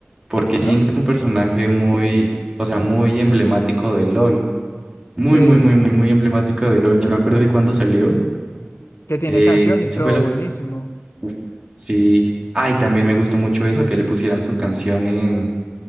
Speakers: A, on the right (about 20°); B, on the left (about 75°).
A: porque Jinx
B: ¿no?
A: es un personaje muy, o sea, muy emblemático de LOL. Muy,
B: Sí,
A: muy, muy, muy, muy emblemático de LOL. Yo me acuerdo de cuando salió.
B: que tiene
A: eh,
B: canción y
A: esa
B: todo
A: fue la...
B: buenísimo.
A: Uf, sí. Ay, también me gustó mucho eso,
B: Ajá.
A: que le pusieran su canción en,